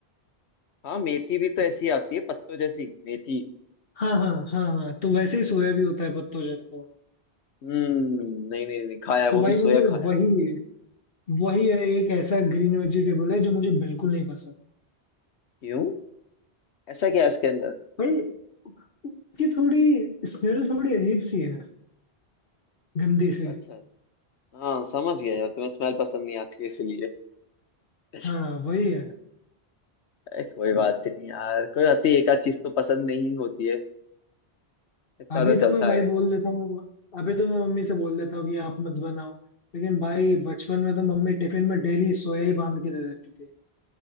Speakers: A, on the left (about 80°); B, on the left (about 60°).
A: हाँ मेथी भी तो ऐसी आती है पत्तों जैसी मेथी
B: हाँ हाँ हाँ हाँ तो वैसे ही सोया भी होता है पत्तों जैसा
A: हम्म नहीं नहीं नहीं खाया है, वो
B: तो भाई
A: भी सोया
B: मुझे
A: खाया
B: वही
A: है
B: वही है एक ऐसा ग्रीन वेजिटेबल है जो मुझे बिल्कुल नहीं पसंद
A: क्यों ऐसा क्या है इसके अंदर
B: भाई उसकी थोड़ी स्मेल थोड़ी अजीब सी है गंदी सी
A: अच्छा हाँ समझ गया यार तुम्हें स्मेल पसंद नहीं आती है इसलिए <laughs>
B: हाँ वही है
A: अरे, कोई बात नहीं यार कोई बात नहीं एक आध चीज तो पसंद नहीं होती है इतना
B: अभी
A: तो चलता
B: तो मैं भाई
A: है
B: बोल देता हूँ अभी तो मैं मम्मी से बोल देता हूँ कि आप मत बनाओ लेकिन भाई बचपन में तो मम्मी टिफिन में डेली सोया ही बांध के दे देती थी